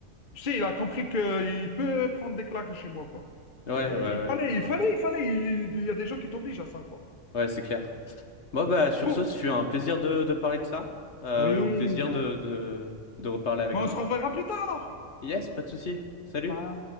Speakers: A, on the left; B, on the left.
A: Tu sais, il a compris qu'il peut prendre des claques de chez moi, quoi.
B: ouais,
A: Et
B: ouais, ouais,
A: il fallait,
B: je
A: il
B: vois.
A: fallait, il fallait. Il, il y a des gens qui t'obligent à ça, quoi.
B: Ouais, c'est clair. Bon, bah, sur
A: Bon,
B: ce, ce fut un plaisir de, de parler de ça. Euh,
A: Oui,
B: et au plaisir
A: ben,
B: de, de, de reparler avec
A: ben
B: toi.
A: on se reverra plus tard, alors.
B: Yes, pas de souci. Salut.
A: pas